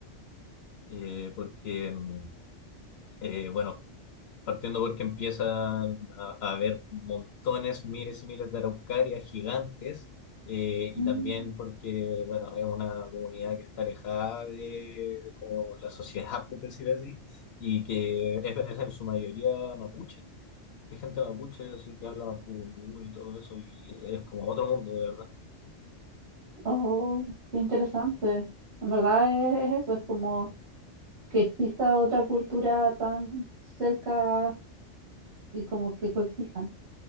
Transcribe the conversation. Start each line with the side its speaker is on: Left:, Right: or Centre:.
Left: Eh, porque, mm, eh, bueno, partiendo porque empiezan a, a haber montones, miles y miles de araucarias gigantes, eh, y
Right: Mm,
Left: también porque, bueno, es una comunidad que está alejada de como la sociedad, <laughs> por decir así, y que es, es en su mayoría mapuche. Hay gente mapuche, así que habla mapudungún y todo eso, y es como otro mundo, de verdad.
Right: oh, qué interesante. En verdad es, es eso, es como que exista otra cultura tan cerca y como que coexistan.